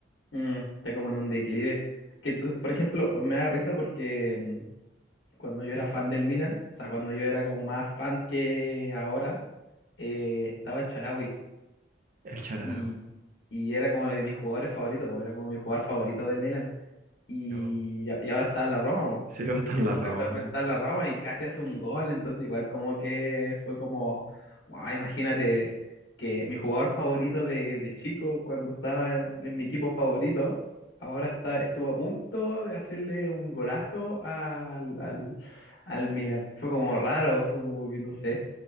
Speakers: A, on the left; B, on the right.
A: Mm, está como en un declive. Que, entonces, por ejemplo, me da risa porque mm, cuando yo era fan del Milan, o sea, cuando yo era como más fan que ahora, eh, estaba el Charawi
B: El charajo,
A: y, y era como de mis jugadores favoritos, porque era como mi jugador favorito del Milan. Y,
B: yo.
A: y ahora está en la Roma, po.
B: Se iba hasta en la Roma.
A: Actualmente está en la Roma y casi hace un gol, entonces igual como que fue como, wow, imagínate que mi jugador favorito de, de chico, cuando estaba en, en mi equipo favorito, ahora está, estuvo a punto de hacerle un golazo al, al, al Milan. Fue como raro, fue como que no sé,